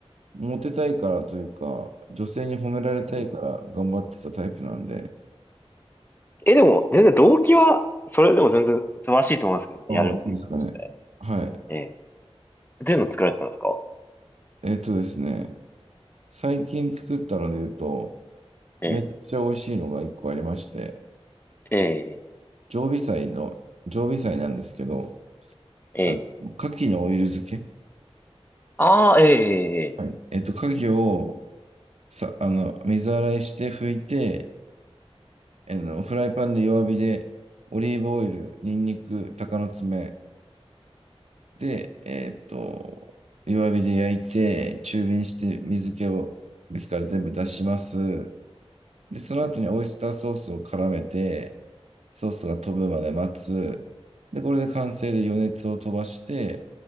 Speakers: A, on the right; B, on the left.
A: モテたいからというか、女性に褒められたいから頑張ってたタイプなんで、
B: うんうんえ、でも、全然動機は、それでも全然素晴らしいと思いますけどね。
A: ああ、
B: やるっていうことして
A: いいですかね。はい。
B: ええ。どういうの作られてたんですか
A: えっとですね、最近作ったので言うと、
B: ええ。
A: めちゃくちゃ美味しいのが一個ありまして、
B: ええ。
A: 常備菜の、常備菜なんですけど、
B: ええ。
A: あの、牡蠣のオイル漬け。
B: ああ、ええ、ええ。
A: はい。
B: ええ
A: えっと、牡蠣をさ、あの、水洗いして拭いて、あの、フライパンで弱火で、オリーブオイル、ニンニク、鷹の爪で、えっと、弱火で焼いて、中火にして水気を、茎から全部出します。で、その後にオイスターソースを絡めて、
B: うん
A: ソースが飛ぶまで待つ。で、これで完成で余熱を飛ばして、